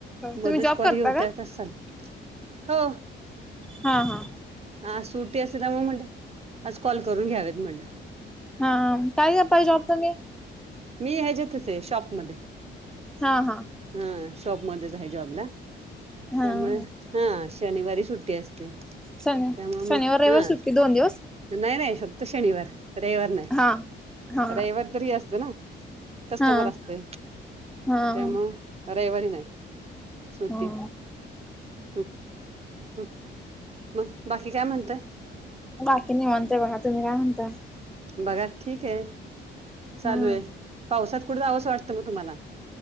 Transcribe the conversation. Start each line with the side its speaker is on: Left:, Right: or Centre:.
Centre: तुम्ही
Right: मध्येच
Centre: जॉब
Right: कॉल
Centre: करता
Right: हे होत्यात
Centre: का
Right: अस सांग हो
Centre: हा, हा
Right: आज सुटी असते त्यामुळं म्हणलं आज कॉल करून घ्यावेत म्हटलं
Centre: हा काय का पाहि जॉब तुम्ही
Right: मी ह्याज्यातच आहे शॉपमध्ये
Centre: हा, हा
Right: हा शॉपमध्येच आहे जॉबला
Centre: हा
Right: त्यामुळे हा शनिवारी सुट्टी असते
Centre: शन
Right: त्यामुळे
Centre: शनिवार
Right: मग
Centre: रविवार
Right: हा
Centre: सुट्टी दोन दिवस
Right: नाही, नाही फक्त शनिवार रविवार नाही
Centre: हा हा
Right: रविवार तर ही असत ना कस्टमर
Centre: हा
Right: असतय
Centre: हा
Right: त्यामुळ रविवारी नाही सुट्टी
Centre: हा
Right: ह ह मग बाकी काय म्हणताय
Centre: बाकी निवांत आहे बघा तुम्ही काय म्हणताय
Right: बघा ठीक आहे चालू
Centre: हम्म
Right: आहे पावसात कुठं जावंसं वाटतं मग तुम्हाला?